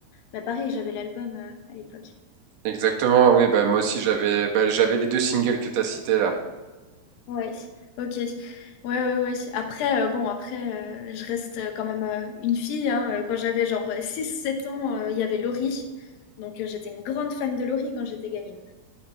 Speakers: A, on the left; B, on the right.
A: Mais pareil, j'avais l'album euh, à l'époque.
B: Exactement, oui, bah moi aussi j'avais bah, j'avais les deux singles que t'as as cités là.
A: Ouais, ok. Ouais, ouais, ouais. Après, euh, bon, après, euh, je reste euh, quand même euh, une fille, hein. Euh, Quand j'avais genre euh, six, sept ans, euh, il y avait Laurie. Donc, euh, j'étais une grande fan de Laurie quand j'étais gamine.